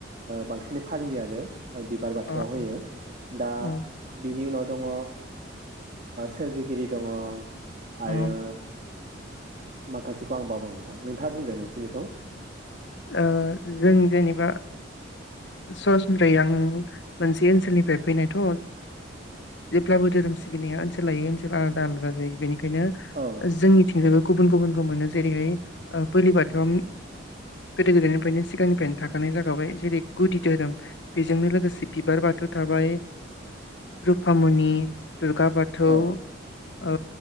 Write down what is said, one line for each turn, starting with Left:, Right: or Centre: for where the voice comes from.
Right: बांसिनै फालियो आरो बिबार बाथौआव
Left: अ
Right: होयो
Left: अ
Right: दा
Left: अ
Right: बिनि उनाव दङ सोरजिगिरि दङ
Left: अ
Right: आरो
Left: ओ
Right: माखासेखौ आं बावबाय नोंथां नोंथाङा बुंदो नोंसिनिखौ
Left: ओ जों जेनेबा सरासनस्रायै आं मोनसे ओनसोलनिफ्राय फैनायथ' जेब्लाबो धोरोम सिबिनाया ओनसोल लायो ओनसोल आलादा आलादा जायो बेनिखायनो बेंखायनो
Right: औ
Left: जोंनिथिंजायबो गुबुन गुबुनखौ मोनो जेरैहाय बोलि बाथौआ गोदो गोदायनिफ्रायनो सिगांनिफ्रायनो थाखानाय जाखाबाय जेरै गुदि धोरोम बेजोंनो लोगोसे बिबार बाथौ थाबाय रुपामुनि दुर्गा फाथौ
Right: औ
Left: ओ